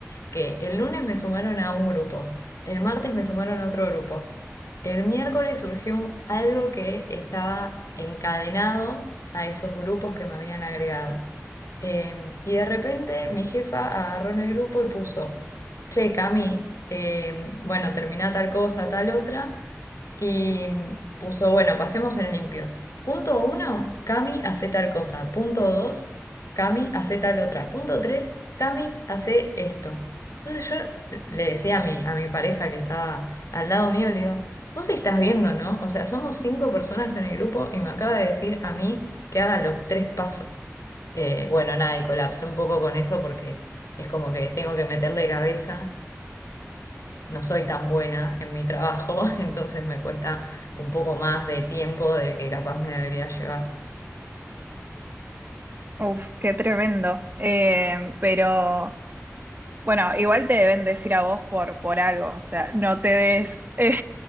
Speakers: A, on the left; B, on the right.
A: que el lunes me sumaron a un grupo, el martes me sumaron a otro grupo, el miércoles surgió algo que estaba encadenado a esos grupos que me habían agregado. Eh, y de repente mi jefa agarró en el grupo y puso, che, Cami, eh, bueno, termina tal cosa, tal otra. Y puso, bueno, pasemos en limpio. Punto uno, Cami hace tal cosa. Punto dos, Cami hace tal otra. Punto tres, Cami hace esto. Entonces yo le decía a mi, a mi pareja que estaba al lado mío, le digo, vos estás viendo, ¿no? O sea, somos cinco personas en el grupo y me acaba de decir a mí que haga los tres pasos. Eh, bueno, nada, y colapsé un poco con eso porque es como que tengo que meterle cabeza no soy tan buena en mi trabajo, <laughs> entonces me cuesta un poco más de tiempo del que capaz me debería llevar.
B: Uf, qué tremendo. Eh, pero bueno, igual te deben decir a vos por, por algo, o sea, no te des, <laughs> eh,